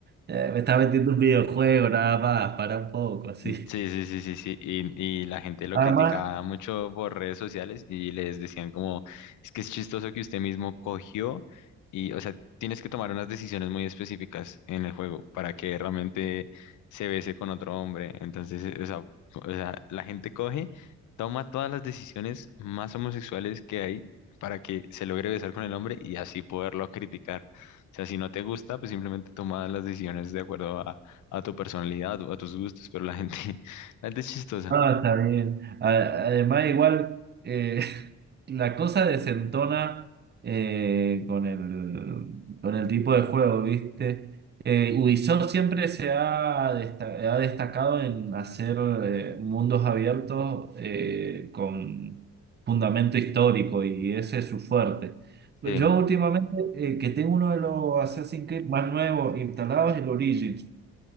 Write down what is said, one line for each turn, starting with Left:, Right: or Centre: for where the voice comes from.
Right: "Eh, me está vendiendo un videojuego nada más, para un poco, así.
Left: Sí, sí, sí, sí, sí. Y, y la gente lo
Right: Además,
Left: criticaba mucho por redes sociales y les decían como, es que es chistoso que usted mismo cogió y, o sea, tienes que tomar unas decisiones muy específicas en el juego para que realmente se bese con otro hombre. Entonces, eh, o sea, o sea, la gente coge, toma todas las decisiones más homosexuales que hay para que se logre besar con el hombre y así poderlo criticar. O sea, si no te gusta, pues simplemente toma las decisiones de acuerdo a tu personalidad o a tus gustos, pero la gente, <laughs> la gente es chistosa.
Right: No, está bien. A- Además, igual, eh, <laughs> la cosa desentona eh, con el, con el tipo de juego, ¿viste? Eh, Ubisoft siempre se ha, desta- ha destacado en hacer eh, mundos abiertos eh, con fundamento histórico y ese es su fuerte. Yo
Left: Eh,
Right: últimamente, eh, que tengo uno de los Assassin's Creed más nuevos instalados, el Origins,